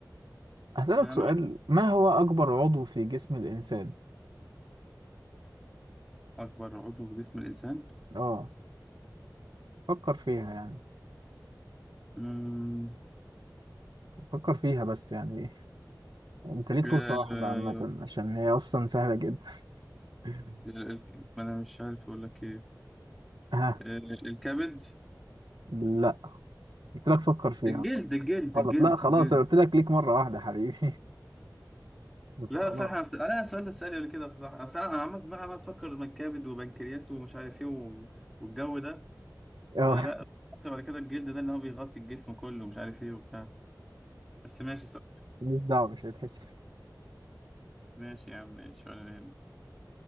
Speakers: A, on the right; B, in the centre.
A: هسألك
B: انا
A: سؤال
B: معاك
A: ما هو اكبر عضو في جسم الانسان
B: أكبر عضو في جسم الإنسان
A: اه فكر فيها يعني
B: مم.
A: فكر فيها بس يعني انت ليك
B: آه،
A: فرصة واحدة عامة عشان هي اصلا سهلة جدا <laughs>
B: ال- ما أنا مش عارف أقول لك إيه
A: ها
B: آه، الكبد
A: لا قلت لك فكر فيها
B: الجلد الجلد
A: غلط
B: الجلد
A: لا خلاص
B: الجلد
A: أنا قلت لك ليك مرة واحدة حبيبي <laughs>
B: لا
A: خلاص
B: صح أنا فت... أنا السؤال ده اتسألني قبل كده صح أصل أنا أنا عمال دماغي عمال تفكر ما الكبد وبنكرياس ومش عارف إيه و... والجو ده
A: اه
B: فلا افتكرت بعد كده الجلد ده إن هو بيغطي الجسم كله ومش عارف إيه وبتاع بس ماشي صح
A: مش دعوة مش هتحس
B: ماشي يا عم ماشي ولا يهمك